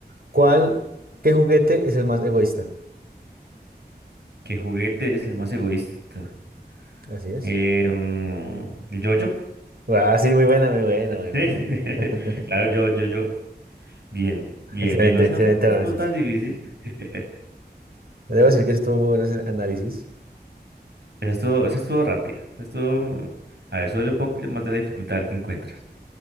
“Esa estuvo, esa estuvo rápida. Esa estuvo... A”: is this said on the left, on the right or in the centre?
Right